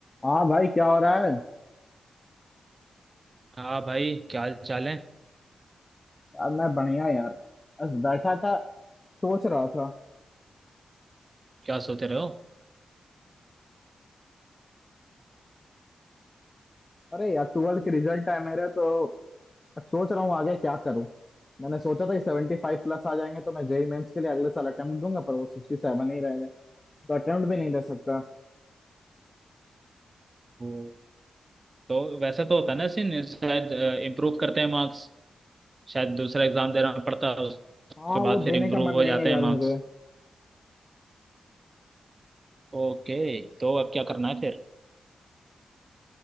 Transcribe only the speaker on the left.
हाँ भाई क्या हो रहा है
यार मैं बढ़िया यार बस बैठा था सोच रहा था
अरे यार ट्वेल्थ के रिजल्ट है मेरे तो अब सोच रहा हूँ आगे क्या करूँ मैंने सोचा था कि 75 प्लस आ जाएंगे तो मैं जेई मेंस के लिए अगले साल अटेम्प्ट दूंगा पर वो 67 ही रहेगा तो अटेम्प्ट भी नहीं दे सकता
हाँ
वो
देने
का मन नहीं
है यार
मुझे